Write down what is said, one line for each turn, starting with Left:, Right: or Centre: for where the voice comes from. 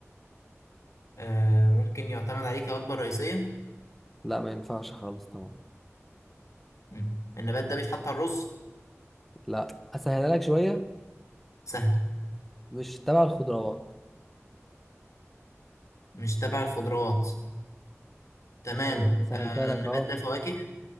Left: آه ممكن يعتمد عليه كوجبة رئيسية
Centre: لا ما ينفعش خالص طبعا
Left: مم. النبات ده بيتحط على الرز
Centre: لا اسهلها لك شوية
Left: سهل
Centre: مش تبع الخضروات
Left: مش تبع الخضروات تمام
Centre: ايوه انا سهلتها
Left: آه
Centre: لك
Left: النبات
Centre: اهو
Left: ده فواكه